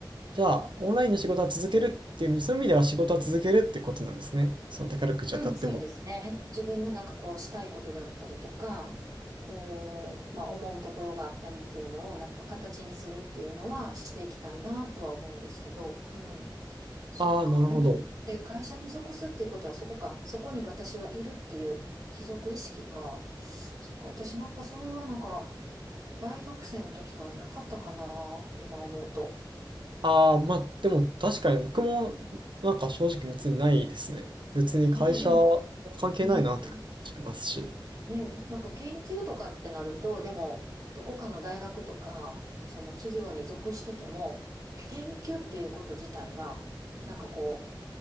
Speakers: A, on the right (about 75°); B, on the right (about 45°).
A: じゃあ、オンラインの仕事は続けるっていう、そういう意味では仕事は続けるってことなんですね。その宝くじ当たっても。
B: うん、そうですね。自分のなんかこうしたいことだったりとか、こう、まあ思うところがあったりっていうのをなんか形にするっていうのはしていきたいなとは思うんですけど、うん。そっか、
A: ああ、なるほど。
B: みんなで会社に属すっていうことはそこか、そこに私はいるっていう帰属意識か。そっか、私なんかそれはなんか大学生の時からなかったかな、今思うと。
A: ああ、まあ、でも確かに僕も、なんか正直別にないですね。別に会社は関係ないなって感じますし。
B: ねえ、でも、うん。ね、なんか研究とかってなると、でも、どこかの大学とか、その企業に属してても、研究っていうこと自体が、なんかこ